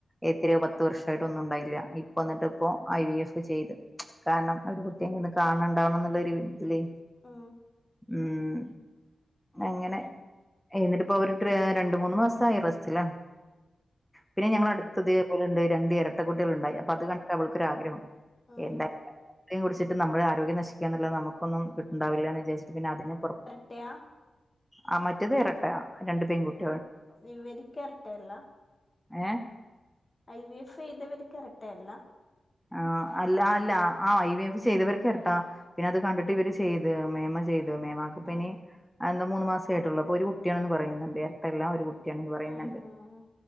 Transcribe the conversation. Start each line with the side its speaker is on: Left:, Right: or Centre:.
Centre: എത്രയോ പത്ത് വർഷ ആയിട്ട ഒന്നും ഉണ്ടായില്ല ഇപ്പ വന്നിട്ട് ഇപ്പോ ഐ വി എഫ് ചെയ്ത് കാരണം അവര് കുട്ടിയെങ്ക ഒും കാണണ്ടാവണം എന്നുള്ള ഒരു ഇതില്േ
Left: ആ
Centre: ഉം അങ്ങനെ, എന്നിട്ടിപ്പൊ അവര് ത്ര രണ്ടു മൂന്ന് മാസായി റസ്റ്റിലാ. പിന്നെ
Left: ഓ
Centre: ഞങ്ങള അടുത്തതേപോലെണ്ട് രണ്ട് എരട്ടക്കുട്ടികളുണ്ടായി അപ്പൊ അത് കണ്ടവൾക്കൊരാഗ്രഹം.
Left: ഉം
Centre: എന്താ
Left: ഉം
Centre: <inaudible> കുടിച്ചിട്ട് നമ്മളെ ആരോഗ്യം നശിക്കാ എന്നല്ലാതെ നമുക്കൊന്നും കിട്ടുണ്ടാവില്ലന്ന് വിചാരിച് പിന്നെ അതിനപ്പറം
Left: ട്ടയാ
Centre: ആ മറ്റേത് എരട്ടയാ രണ്ടു പെങ്കുട്
Left: ഇവരിക്കെരട്ടയല്ല?
Centre: ഏ
Left: ഐ വി എഫ് ചെയ്തവര് കറക്റ്റാ എല്ലാം?
Centre: ആ അല്ല അല്ല ആ ഐ വി എഫ് ചെയ്തവർക്ക് ഇരട്ടാ പിന്നെ അത് കണ്ടിട്ട് ഇവര് ചെയ്ത്, മേമ ചെയ്ത്. മേമാക്കിപ്പിനി
Left: ആഹ്
Centre: എന്താ മൂന്നു മാസെ ആയിട്ടുള്ളു അപ്പൊ ഒരു കുട്ടിയാണന്ന് പറയുന്നുണ്ട് എരട്ടയല്ല ഒരുകു ട്ട്യാണെന്നു പറയുന്നണ്ട്
Left: ആഹ്